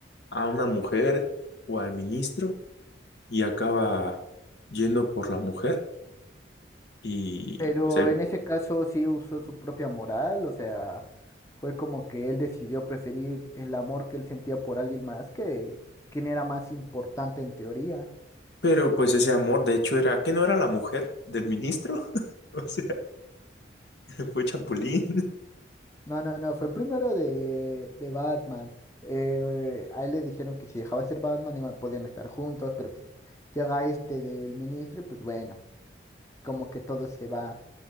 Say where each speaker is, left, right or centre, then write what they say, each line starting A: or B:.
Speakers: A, on the left; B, on the left.
A: a una mujer o al ministro y acaba yendo por la mujer. Y
B: Pero
A: pues, eh,
B: en ese caso sí usó su propia moral, o sea, fue como que él decidió preferir el amor que él sentía por alguien más que quien era más importante en teoría.
A: pero pues ese amor, de hecho, era que no era la mujer del ministro, <laughs> o sea, <laughs> fue Chapulín.
B: No, no, no, fue primero de, de Batman. Eh, a él le dijeron que si dejaba de ser Batman iban, podían estar juntos, pero pues llega este del ministro y pues bueno, como que todo se va.